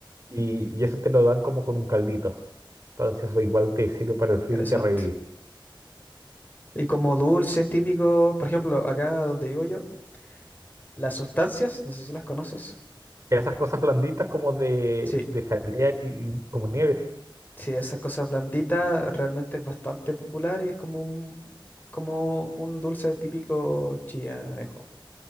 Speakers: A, on the right (about 35°); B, on the left (about 20°).
A: y, y eso te lo dan como con un caldito. Entonces eso igual te sirve para el frío
B: Interesante.
A: y te revive.
B: Y como dulces típicos, por ejemplo, acá donde vivo yo, las sustancias, no sé si las conoces.
A: Esas cosas blanditas como de,
B: Sí,
A: de jalea y, y como nieves.
B: Sí, esa cosa blandita realmente es bastante popular y es como un, como un dulce típico chillanejo.